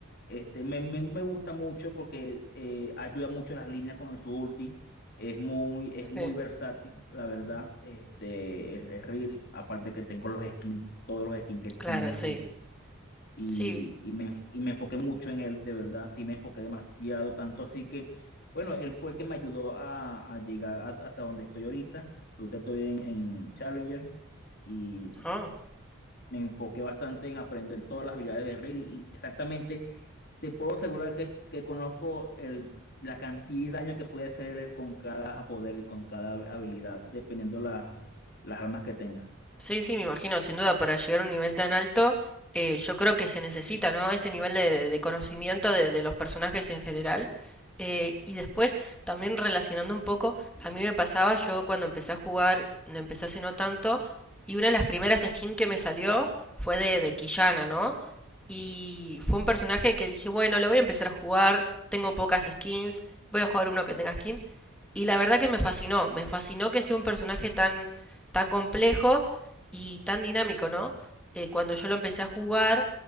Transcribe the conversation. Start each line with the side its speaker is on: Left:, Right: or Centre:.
Left: este, me, me- me gusta mucho porque eh, ayuda mucho las líneas con su ulti, es muy, es muy
Centre: sí,
Left: versátil, la verdad, este, es, es reel, aparte que tengo los skins, todos los skins que tiene
Centre: claro,
Left: reel
Centre: sí.
Left: y,
Centre: Sí,
Left: y me, y me enfoqué mucho en él, de verdad, sí me enfoqué demasiado, tanto así que, bueno, él fue el que me ayudó a, a llegar a- hasta donde estoy ahorita. Ahorita estoy en, en Challenger y
Centre: ah,
Left: me enfoqué bastante en aprender todas las habilidades de Raid y exactamente te puedo asegurar que, que conozco el, la cantidad de daño que puede hacer él con cada poder y con cada habilidad, dependiendo la- las armas que tenga.
Centre: Sí, sí, me imagino, sin duda, para llegar a un nivel tan alto, eh, yo creo que se necesita, ¿no? Ese nivel de, de conocimiento de, de los personajes en general. Eh, y después, también relacionando un poco, a mí me pasaba, yo cuando empecé a jugar, no empecé hace no tanto, y una de las primeras skins que me salió fue de, de Quillana, ¿no? Y fue un personaje que dije, bueno, lo voy a empezar a jugar, tengo pocas skins, voy a jugar uno que tenga skin. Y la verdad que me fascinó, me fascinó que sea un personaje tan, tan complejo y tan dinámico, ¿no? Eh, cuando yo lo empecé a jugar,